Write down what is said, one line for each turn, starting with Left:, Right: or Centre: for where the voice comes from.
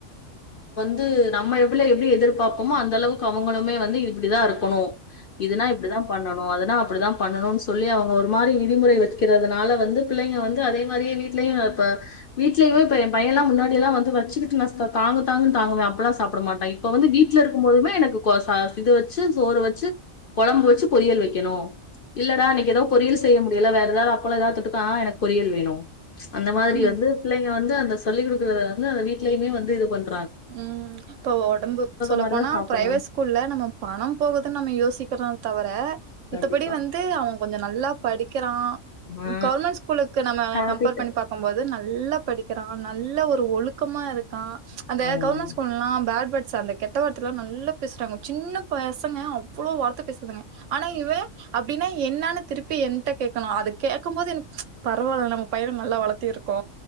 Left: ந்து நம்ம எப்டி எப்டி எதிர்பாப்போமோ அந்த அளவுக்கு அவுங்களுமே வந்து இப்டிதா இருக் ணும் இதுனா இப்டிதா அதனா அப்டிதா பண்ணும்னு சொல்லி அவங்க ஒரு மாரி விதிமுறை வெக்கிறதுனால வந்து பிள்ளைங்க வந்து அதே மாரியே வீடலயு இப்ப வீட்லயுமே இப்ப எ பையன்ல்லா முன்னாடிய எல்லா வந்து வச்சுட்டுங்க நா தாங்கு தாங்குன்னு தாங்குவா அப்தா சாப்புடுவா போட மாட்டே இப்ப வந்து வீட்ல இருக்கு போதுமே எனக் கே சா இது வச்சு சோறு வச்சு கொழம்பு வச்சு பொரியல் வெக்கனு இல்லடா இன்னைக்கி எதோ பொரியல் செய்ய முடியல வேற ஏதாவது அப்பளோ ஏதாவது தொட்டுக்கா ஆ எனக்கு பொரியல் வேணு அந்த மாரி
Right: ஆ
Left: வந்து பிள்ளைங்க வந்து அந்த சொல்லி குடுக்கறத வந்து அந்த வீட்டுலயுமே வந்து இது பண்ற
Right: ம் இப்போ ஒடம்பு சொல்லப்போனா
Left: மாரிதா சாப்புட்றாங்க
Right: பிரைவேட் ஸ்கூல்ல நம்ம பணம் போகுதுன்னு நம்ம யோசிக்கிறோ தவிர மித்தபடி
Left: கண்டிப்பா
Right: வந்து அவ கொஞ்சோ நல்லா படிக்கிறா
Left: ஆ
Right: கவர்மெண்ட் ஸ்கூலுக்கு நம்ம
Left: ஹேபிட்டு
Right: கம்பேர் பண்ணி பாக்கும்போது நல்லா படிக்கிறா நல்ல ஒரு ஒழுக்கமா இருக்கா அந்த
Left: ம்
Right: கவர்மெண்ட் ஸ்கூலல்லா பேட் வேட் ச அந்த கெட்ட வார்த்தைய எல்லா நல்லா பேசுறாங்க சின்ன பசங்க அவ்ளோ வார்த்த பேசுதுங்க ஆனா இவ அப்டின்னா என்னனு திருப்பி என்ட்ட கேக்கறா அது கேட்கும் போது எனக்கு பரவாயில்லலை நம்ம பய நல்லா வளத்திருக்கோ